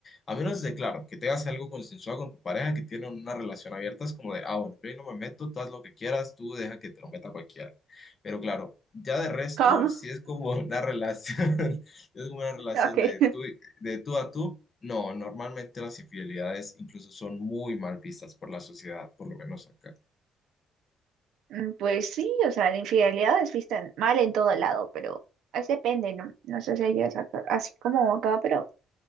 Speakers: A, on the left; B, on the right.
A: A menos de, claro, que te hagas algo consensuado con tu pareja, que tienen una relación abierta, es como de, ah, bueno, yo ahí no me meto, tú haz lo que quieras, tú deja que te lo meta cualquiera. Pero claro, ya de resto,
B: ¿Cómo?
A: sí es como una relación. <laughs> Es como una
B: <laughs>
A: relación
B: Okay,
A: de
B: <laughs>
A: tú, y- de tú a tú. No, normalmente las infidelidades incluso son muy mal vistas por la sociedad, por lo menos acá.
B: Mm, Pues sí, o sea, la infidelidad es vista en- mal en todo lado, pero es depende, ¿no? No sé si ella es acá- así como acá, pero